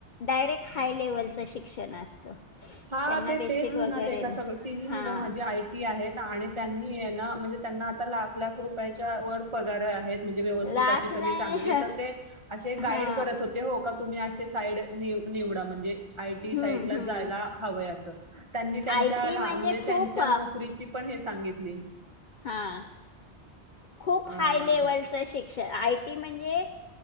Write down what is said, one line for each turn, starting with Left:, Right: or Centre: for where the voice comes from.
Left: डायरेक्ट हाय लेव्हलचं शिक्षण असतं
Right: हा
Left: त्यांना
Right: तेच
Left: बेसिक
Right: म्हणाले
Left: वगैरे
Right: का
Left: नाही
Right: सगळं तिन्ही मुलं
Left: हा
Right: माझी आई आहेत आणि त्यांनी ना म्हणजे त्यांना आता लाख लाख रुप व पार आहेत म्हणजे व्यवस्थ
Left: लाख
Right: अ सग
Left: नाही
Right: चांगली तर ते असे
Left: हा
Right: गाईड करत हो हो का, तुम्ही आसे साईड निवडा, म्हणजे आयटी
Left: हम्म
Right: साईडलाच
Left: हम्म
Right: जायला. हवंय असं, त्यांनी त्यांच्या
Left: आय टी
Right: लान म्हणजे
Left: खूप
Right: त्यांच्या नोकरीची पण हे सांगितली,
Left: हा, खूप
Right: अं,
Left: हाय लेवलच शिकऽ श्ष, आय टी म्हणजे